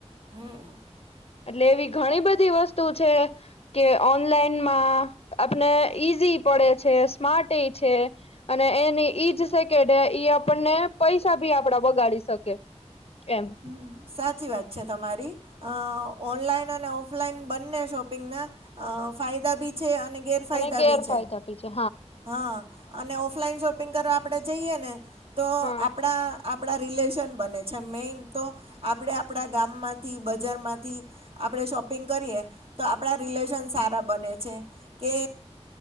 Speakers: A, on the right (about 55°); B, on the left (about 60°).
A: હમ્મ
B: એટલે એવી ઘણી બધી વસ્તુ છે કે ઓનલાઈનમાં આપને ઈઝી પડે છે સ્માર્ટ છે અને એની ઈજ આપણને પૈસા ભી આપડા બગાડી શકે એમ
A: હ સાચી વાત છે તમારી અ ઓનલાઈન અને ઓફલાઈન બંને શોપિંગ ના ફાયદા ભી છે અને ગેરફાયદા
B: અને ગેરફાયદા
A: બી છે
B: ભી છે.
A: હા અને ઓફલાઈન શોપિંગ કરવા આપણેે જઈએ ને તો
B: હા
A: આપણા આપણા રિલેશન બને છે, મેઈન તો આપણે આપણા ગામમાંથી બજાર માંથી આપણે શોપિંગ કરીએ તો આપણા રિલેશન સારા બને છે કે